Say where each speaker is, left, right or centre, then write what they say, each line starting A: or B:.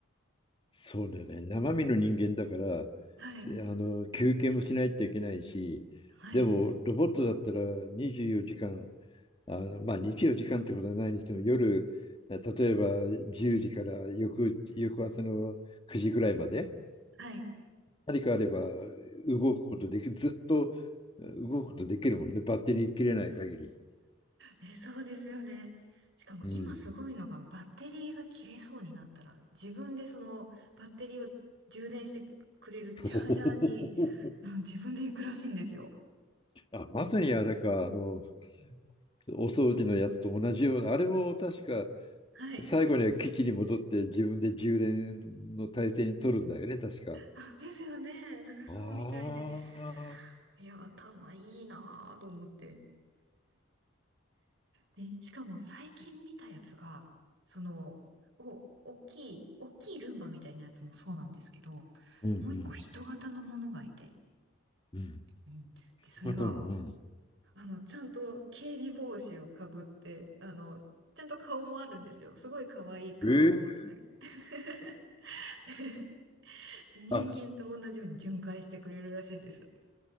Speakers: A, on the left; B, on the right.
A: そうだよね。生身の人間だから、
B: はい。
A: せあの、休憩もしないといけないし、
B: はい。
A: でも、ロボットだったら24時間、あの、まあ24時間ってことはないにしても、夜、え例えば10時から翌、翌朝の9時ぐらいまで、
B: はい。
A: 何かあれば動くことできる、ずっとえ動くことできるもんね。バッテリー切れない限り。
B: え、そうですよね。しかも今すごいのがバッテリーが切れそうになったら自分でそのバッテリーを充電してくれるチャージャーに、
A: うん。<laughs>
B: うん自分で行くらしいんですよ。
A: あ、まさにあれか、あの、お掃除のやつと同じような、あれも確か、
B: はい。
A: 最後には基地に戻って自分で充電の体制に取るんだよね、確か。
B: あ、ですよね。なんかそうみたいで。
A: ああ。
B: いや、頭いいなぁと思って。で、しかも最近見たやつが、その、お、大きい、大きいルンバみたいなやつもそうなんですけど、
A: うんうん
B: もう一個人型のものがいて、
A: うん。
B: うんで、
A: 人型の、
B: それが
A: うん。
B: あの、ちゃんと警備帽子をかぶって、あの、ちゃんと顔もあるんですよ。すごい可愛い顔を持つね。
A: ええ
B: <laughs> で、人間と同じように巡回してくれるらしいんです。
A: あ、